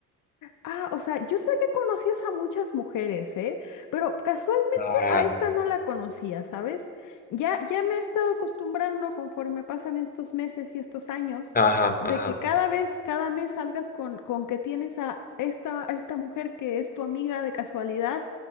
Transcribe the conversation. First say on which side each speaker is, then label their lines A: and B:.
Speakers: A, on the left; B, on the left.
A: Ah, o sea, yo sé que conocías a muchas mujeres, ¿eh? Pero casualmente
B: Ah,
A: a esta no la conocía, ¿sabes? Ya, ya me he estado acostumbrando conforme pasan estos meses y estos años,
B: ajá,
A: de
B: ajá.
A: que cada vez, cada mes salgas con, con que tienes a esta, a esta mujer que es tu amiga de casualidad,